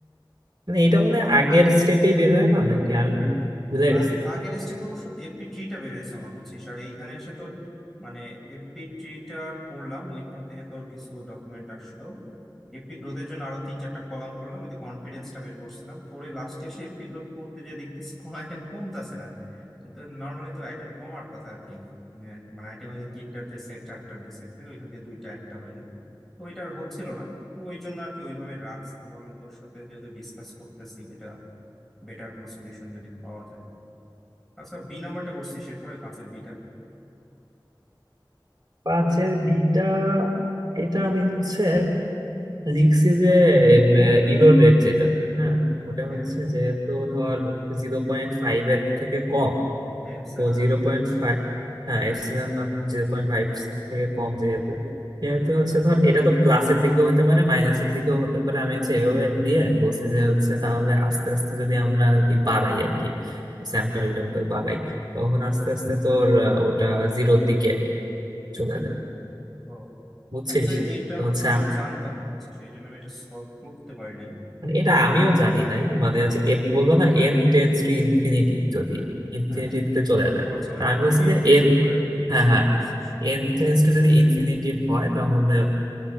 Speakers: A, on the right; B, in the centre.
A: মানে এটা মানে আগের স্টেপেই বের হয় না নাকি আমি ভুলে গেছি
B: আগে আগের স্টেপ অবশ্য এফপি ট্রিটা বের হয়েছে আমার বুঝছিস আর এইখানে এসে তোর মানে এফপি ট্রিটা করলাম ওইখান থেকে তোর কিছু ডকুমেন্ট আসলো এপি গ্রোথের জন্য আরো তিন চারটা কলাম করলাম ওই কনফিডেন্সটা বের করছিলাম করে লাস্টে এসে এপি গ্রোথ করতে যে দেখতেছি কোনো আইটেম কমতাছে না কিন্তু নর্মালি তো আইটেম কমার কথা আর কি মানে মানে আইটেম হয়ে যায় তিনটার যে সেট চারটার যে সেট থেকে ওইখান থেকে দুইটা একটা হয়ে যায় তো ওইটা আর হচ্ছিল না তো ওই জন্য আর কি ওইভাবে রাখছি তো ভাবলাম তোর সাথে যেহেতু ডিসকাস করতেছি এটা বেটার কোনো সলিউশন যদি পাওয়া যায় আচ্ছা বি নাম্বারটা করছিস এরপরে পাঁচের বিটা
A: পাঁচের বিটা এটা আমি হচ্ছে লিখছি যে ইরোর রেট যেটা হ্যাঁ ওটা
B: হ্যাঁ
A: হচ্ছে যেহেতু ধর জিরো পয়েন্ট ফাইভ এর থেকে কম
B: হ্যাঁ এপসাইলনের
A: তো জিরো
B: মানটা
A: পয়েন্ট ফাইভ হ্যাঁ এপসিলন মান জিরো পয়েন্ট ফাইভ থেকে কম যেহেতু সেহেতু হচ্ছে ধর এটা তো প্লাসের দিকেও হতে পারে মাইনাসের দিকেও হতে পারে আমি হচ্ছে এভাবে দিয়ে বলছি যে হচ্ছে তাহলে আস্তে আস্তে যদি আমরা আর কি বাড়াই আর কি স্যাম্পল ট্যাম্পল বাড়াই তখন আস্তে আস্তে তোর আহ, ওটা জিরোর দিকে চলে যায়
B: ও
A: বুঝছিস
B: অ্যাকচুয়ালি এইটা
A: তো
B: হচ্ছে
A: হচ্ছে
B: আমি জানতাম না বুঝছি সেই জন্য আমি এটা সলভ করতে পারি নাই
A: মানে এটা
B: এই
A: আমিও জানি নাই মানে হচ্ছে এ বললো না এন টেন্স টু ইনফিনিটি যদি ইনফিনিটিতে
B: হ্যাঁ হ্যাঁ
A: চলে যায়
B: ও আচ্ছা ওইটার
A: তা আমি
B: উপর
A: বলছি
B: ইনটিউশন
A: যে এন
B: করে আর কি
A: হ্যাঁ
B: সলভ
A: হ্যাঁ
B: করছিস
A: এন টেন্স টু যদি ইনফিনিটি হয় তাহলে